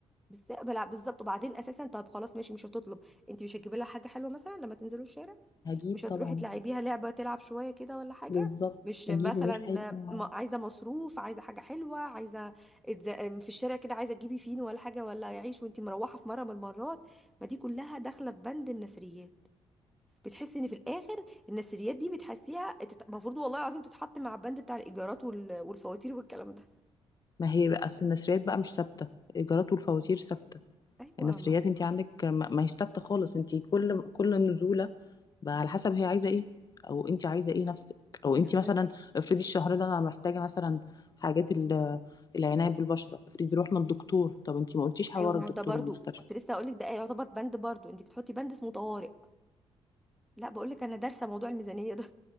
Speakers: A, in the centre; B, on the left (about 35°).
A: بس بلا بالظبط وبعدين اساسا طب خلاص ماشي مش هتطلب انت مش هتجيبي لها حاجه حلوه مثلا لما تنزلوا الشارع
B: هجيب
A: مش هتروحي
B: طبعا
A: تلعبيها لعبه تلعب شويه كده ولا حاجه
B: بالظبط
A: مش
B: هجيب
A: مثلا
B: ومش هيبقى
A: م- عايزه مصروف عايزه حاجه حلوه عايزه اتز- في الشارع كده عايزه تجيبي فينو ولا حاجه ولا عيش وانت مروحه في مره من المرات ما دي كلها داخله في بند النثريات بتحسي ان في الاخر النثريات دي بتحسيها تت- المفروض والله العظيم تتحط مع البند بتاع الايجارات وال- والفواتير والكلام ده
B: ما هي بقى اصل النسريات بقى مش ثابته الايجارات والفواتير ثابته
A: ايوه
B: النثريات
A: ما
B: انت عندك ما ما هيش ثابته خالص انت كل كل نزوله بقى على حسب هي عايزه ايه او انت عايزه ايه نفسك او
A: انت
B: انت
A: بس
B: مثلا افرضي الشهر ده انا محتاجه مثلا حاجات ال- العنايه بالبشره افرضي رحنا الدكتور طب انت ما قلتيش حوار
A: ايوه ما
B: الدكتور
A: هو ده برضو
B: والمستشفى
A: كنت لسه هقول لك ده يعتبر بند برضو انت بتحطي بند اسمه طوارئ لا بقول لك انا دارسه موضوع الميزانيه ده